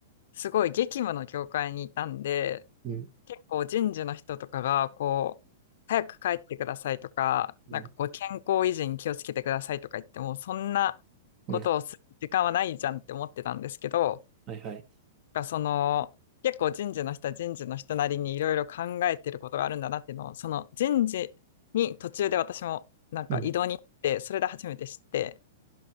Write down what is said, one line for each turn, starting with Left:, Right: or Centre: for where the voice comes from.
Left: すごい激務の業界にいたんで、
Right: うん、
Left: 結構人事の人とかが、こう、早く帰ってくださいとか、
Right: うん、
Left: なんかこう、健康維持に気をつけてくださいとか言っても、そんなことをする時間はないじゃんって思ってたんですけど、
Right: うん、はいはい。
Left: なんかその、結構人事の人は人事の人なりにいろいろ考えてることがあるんだなっていうのを、その人事に途中で私もなんか異動に行って、
Right: うん、
Left: それで初めて知って、